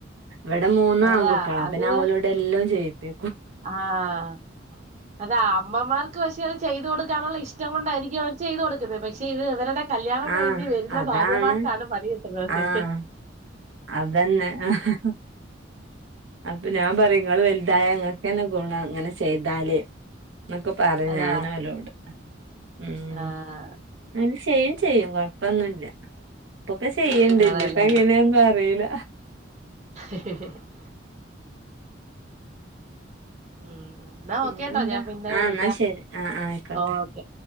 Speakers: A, on the right (about 80°); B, on the right (about 40°).
A: ഇവടെ മൂന്ന്
B: അതാ
A: ആൺകുട്ടികളാ അപ്പ
B: അത്
A: പിന്നെ അവലോട എല്ലോം ചെയ്യിപ്പി
B: ആഹ് അത് അമ്മമാർക്ക് പക്ഷെ അത് ചെയ്ത് കൊടുക്കാനുള്ള ഇഷ്ടം കൊണ്ടായിരിക്കും അവര് ചെയ്ത് കൊടുക്കുന്നത് പക്ഷെ ഇത് ഇവരുടെ കല്യാണം കഴിഞ്ഞ്
A: ആഹ്
B: വരുന്ന
A: അതാണ്
B: ഭാര്യമാർക്കാണ് പണി കിട്ടുന്നത്
A: ആഹ് അതന്നെ ആഹ് അപ്പൊ ഞാൻ പറയും ഇങ്ങള് വലുതായ ഇങ്ങക്കന്നെ ഗുണം അങ്ങനെ ചെയ്താല് ന്നൊക്ക പറയും
B: അതാ
A: ഞാനവലോട് ഉം
B: ആഹ്
A: അങ്നെ ചെയ്യേം ചെയ്യും കൊഴപ്പൊന്നുല്ല ഇപ്പൊക്കെ ചെയ്യണ്ട്
B: ആണല്ലേ
A: ഇനിയിപ്പ എങ്ങനേന്നും അറിയില
B: <inaudible> ഉം ന്നാ
A: പിന്നെന്താ
B: ഓക്കെട്ടോ ഞാൻ പിന്നെ
A: ആ
B: വിളിക്ക
A: എന്നാ ശരി ആ ആ ആയിക്കോട്ടെ
B: ഓ ഓക്കെ